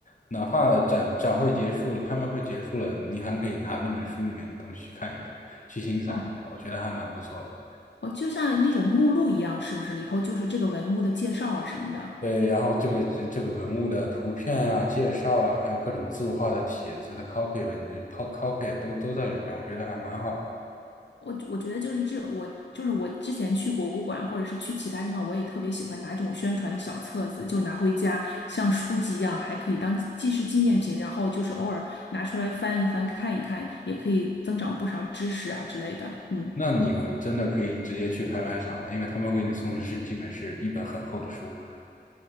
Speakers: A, on the left; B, on the left.
A: 哪怕展展会结束了，拍卖会结束了，你还可以拿那本书里面的东西去看一看，去欣赏一下，
B: 哦，
A: 我觉得还蛮不错的。
B: 我就像那种目录一样，是不是里头就是这个文物的介绍啊什么的？
A: 对，然后这个这个文物的图片啊、介绍啊，还有各种字画的帖子的 copy 文 po- copy 都都在里面，我觉得还蛮好的。
B: 我我觉得就是这，我就是我之前去博物馆或者是去其他地方，我也特别喜欢拿这种宣传的小册子，就拿回家像书籍一样，还可以当既是纪念品，然后就是偶尔拿出来翻一翻看一看，也可以增长不少知识啊之类的。嗯，
A: 那你我真的可以直接去拍卖场了，因为他们给你送的是基本是一本很厚的书，